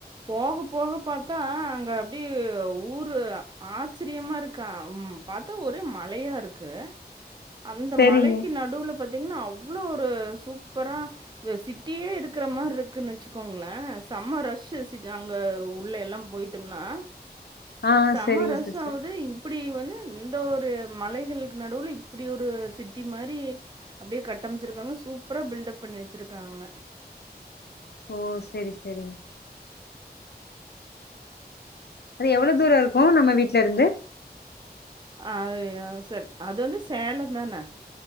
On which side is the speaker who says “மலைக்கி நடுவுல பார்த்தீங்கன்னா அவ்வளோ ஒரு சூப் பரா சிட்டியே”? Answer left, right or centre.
Right